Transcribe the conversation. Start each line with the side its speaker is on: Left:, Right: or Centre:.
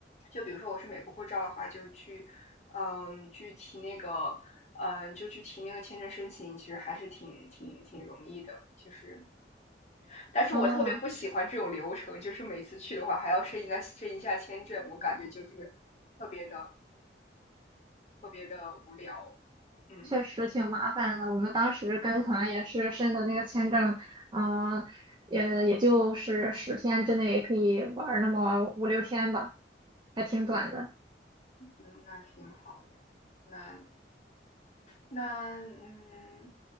Left: 就比如说我是美国护照的话，就去嗯去提那个嗯就去提那个签证申请，其实还是挺挺挺容易的，就是但是我特别不喜欢这种流程，
Right: 哦，
Left: 就是每次去的话还要申一个申一下签证，我感觉就是特别的特别的无聊，嗯。
Right: 确实挺麻烦的。我们当时跟团也是申的那个签证，嗯、也也就是十天之内可以玩儿那么五六天吧，还挺短的。
Left: 嗯，那挺好的。那那嗯，